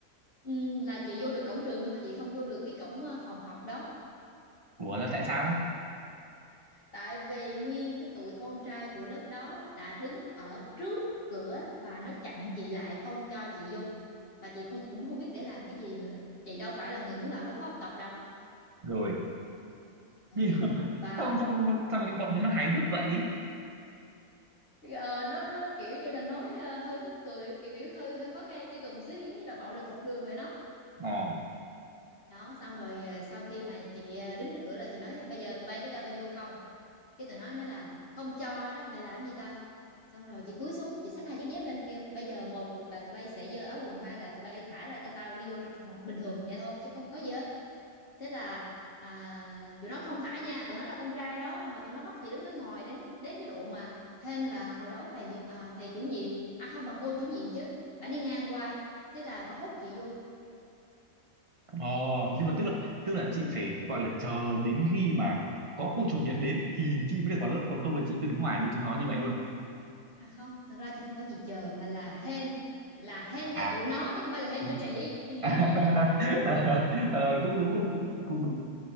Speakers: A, on the left (about 45°); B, on the right (about 30°).
A: Ừ, là chị vô được cổng trường nhưng mà chị không vô được cái cổng ờ, phòng học đó
B: Ủa là tại sao
A: tại vì nguyên cái tụi con trai của lớp đó đã đứng ở trước cửa và nó chặn chị lại không cho chị vô và chị không cũng không biết để làm cái gì nữa chị đâu phải là người muốn làm lớp phó học tập đâu
B: rồi
A: ừ
B: <laughs>
A: đó và
B: sao sao sao mà cái bọn nó hài hước vậy
A: ờ, nó nó kiểu như là nói ờ, hơi tức cười kiểu kiểu hơi hơi khó nghe tiêu cực một xíu giống như là bạo lực học đường vậy đó
B: ờ
A: đó xong rồi ờ, sau khi mà chị ờ, đứng trước cửa là chị nói bây giờ tụi bay có cho tao vô không cái tụi nó nói là không cho đó mày làm gì tao xong rồi chị cúi xuống chị xách hai chiếc dép lên kêu bây giờ một là tụi bay sẽ giơ áo quần hai là tụi bay thả ra cho tao đi vô trong phòng học bình thường vậy thôi chứ không có gì hết thế là à, tụi nó không thả nha tụi nó là con trai đó mà tụi nó bắt chị đứng ở ngoài đến đến cái độ mà hên là hồi đó thầy à, thầy chủ nhiệm à không bà cô chủ nhiệm chứ bà đi ngang qua thế là bà hút chị vô
B: ờ
A: chứ
B: nhưng
A: không
B: mà tức
A: là
B: là tức
A: ờ.
B: là chị phải gọi là chờ đến khi mà có cô chủ nhiệm đến thì chị mới được vào lớp còn không là chị cứ đứng ngoài với chúng nó như vậy luôn
A: À không, thật ra chị không phải chị chờ mà là hên là hên
B: à
A: cho tụi nó chứ không phải là hên
B: đúng
A: cho
B: đúng
A: chị
B: đúng
A: em hiểu
B: <laughs>
A: không
B: Ờ, cũng đúng cũng đúng cũng đúng